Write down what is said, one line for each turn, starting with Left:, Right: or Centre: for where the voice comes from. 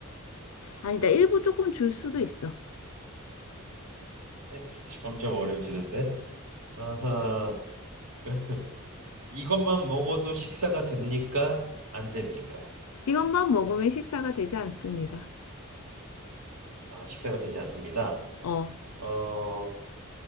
Left: 아니다, 일부 조금 줄 수도 있어.
Right: <laughs> 점점 어려워지는데. 아하, 그, 이것만 먹어도 식사가 됩니까? 안 됩니까?
Left: 이것만 먹으면 식사가 되지 않습니다.
Right: 아, 식사가 되지 않습니다.
Left: 어,
Right: 어,